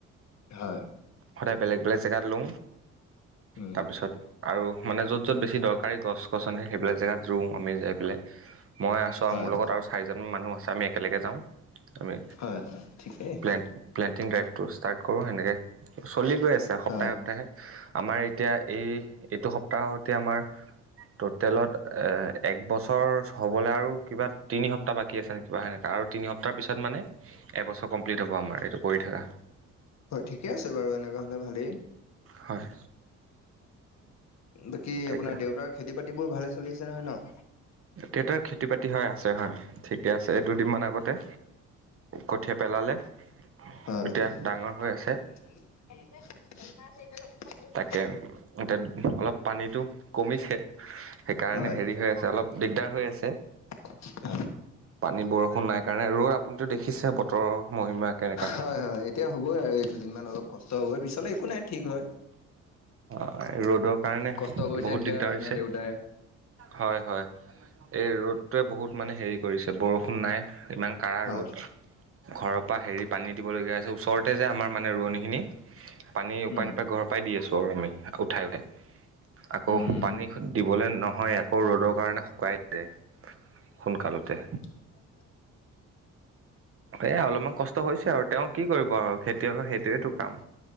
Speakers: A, on the left; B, on the right.
A: হয়।
B: সদায় বেলেগ বেলেগ জেগাত ৰো
A: উম
B: তাৰপিছত। আৰু মানে য'ত য'ত বেছি দৰকাৰী গছ গছনে সেইবিলাক জেগাত ৰুওঁ আমি যাই পেলাই। মই আছোঁ
A: হয়
B: আৰু মোৰ লগত আৰু চাৰিজন মানুহ আছে আমি একেলগে যাওঁ। আমি
A: হয় হয় ঠিকেই
B: প্লে প্লেণ্টিং ড্ৰাইভটো ষ্টাৰ্ট কৰোঁ তেনেকে। চলি গৈ আছে সপ্তাহে
A: হয়
B: সপ্তাহে আমাৰ এতিয়া। এই এইটো সপ্তাহতে আমাৰ টটেলত এ এক বছৰ হ'বলৈ আৰু কিবা তিনি সপ্তাহ বাকী আছে নে কিবা সেনেকা আৰু তিনি তিনি সপ্তাহ পিছত মানে এবছৰ কমপ্লিট হ'ব, আমাৰ এইটো কৰি থকা।
A: হয় ঠিকে আছে বাৰু এনেকুৱা হলে ভালেই।
B: হয়।
A: বাকী
B: তাকে
A: আপোনাৰ দেউতাৰ খেতি বাতিবোৰ ভালে চলি আছে নহয় ন?
B: দেতাৰ খেতি টি বাতি হয় আছে হয় ঠিকে আছে দুদিনমান আগতে কঠিয়া পেলালে।
A: হয়।
B: এতিয়া ডাঙৰ হৈ আছে তাকে তাত অলপ পানীটো কমিছে, সেইকাৰণে
A: হয়
B: হেৰি হৈ আছে অলপ দিগ দাৰ হৈ আছে।
A: <inaudible>
B: পানী বৰষুণ নাই কাৰণে ৰ'দ আপুনিতটো দেখিছে বতৰৰ মহিমা কেনেকা
A: হয় হয় এতিয়া হ'বই আৰু এই দুদিনমান অলপ কষ্ট হ'বই পিছলে একো নাই ঠিক হয়।
B: ৰ'দৰ কাৰণে
A: কষ্ট কৰিছে
B: বহুত
A: তেতিয়া
B: দিগদাৰ
A: আপোনাৰ
B: হৈছে
A: দেউতাই
B: হয় হয়। এই ৰ'দটোৱে বহুত মানে হেৰি কৰিছে বৰষুণ নাই ইমান কাড়া
A: হয়
B: ৰ'দ। ঘৰৰ পৰা হেৰি পানী দিবলগীয়া আছে ওচৰতে যে আমাৰ মানে ৰোৱনীখিনি পানী
A: উম
B: ওপাই নোপাই ঘৰৰ পৰাই দি আছোঁ আৰু আমি উঠাই উঠাই আকৌ
A: উম
B: পানী দিবলে নহয় আকৌ ৰ'দক কাৰণে শুকাই যায় সোনকালতে
A: <unintelligible>
B: এ অলপমান কষ্ট হৈছে আৰু তেওঁ কি কৰিব আৰু খেতিয়কৰ সেইটোয়েটো কাম।